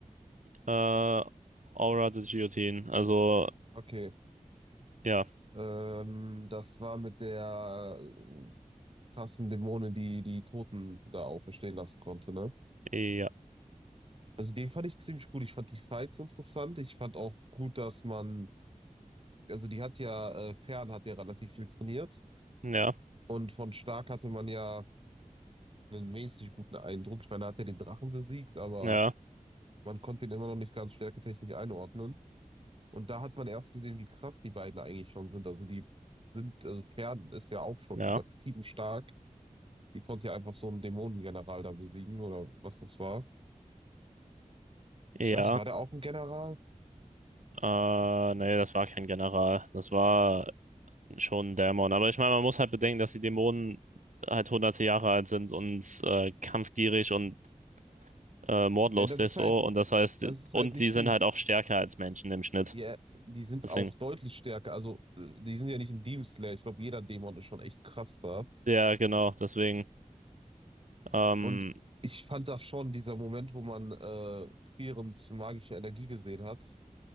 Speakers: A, on the right (about 70°); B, on the right (about 45°).
A: äh, Aura the Guillotine. Also,
B: Okay.
A: ja.
B: Ähm, das war mit der äh, krassen Dämonin, die die Toten da auferstehen lassen konnte, ne?
A: Ja.
B: Also den fand ich ziemlich gut. Ich fand die Fights interessant. Ich fand auch gut, dass man, also die hat ja, äh, Fern hat ja relativ viel trainiert.
A: Ja.
B: Und von Stark hatte man ja einen mäßig guten Eindruck. Ich meine, er hat ja den Drachen besiegt, aber
A: Ja.
B: Man konnte ihn immer noch nicht ganz stärketechnisch einordnen. Und da hat man erst gesehen, wie krass die beiden eigentlich schon sind. Also die sind, also Pferden ist ja auch schon
A: Ja.
B: übertrieben stark. Die konnte ja einfach so einen Dämonengeneral da besiegen oder was das war. Ich
A: Ja.
B: weiß nicht, war der auch ein General?
A: Äh, nee, das war kein General. Das war schon ein Dämon. Aber ich meine, man muss halt bedenken, dass die Dämonen halt hunderte Jahre alt sind und äh, kampfgierig und äh, mordlos
B: Ja, das
A: Deso
B: ist halt,
A: und das heißt,
B: das ist
A: und
B: halt nicht
A: sie sind
B: wie ein,
A: halt auch stärker als Menschen im Schnitt.
B: ja, die sind
A: Deswegen,
B: auch deutlich stärker. Also äh, die sind ja nicht ein Demon Slayer. Ich glaube, jeder Dämon ist schon echt krass da.
A: ja, genau, deswegen, ähm,
B: Und ich fand das schon, dieser Moment, wo man äh, Frierens magische Energie gesehen hat,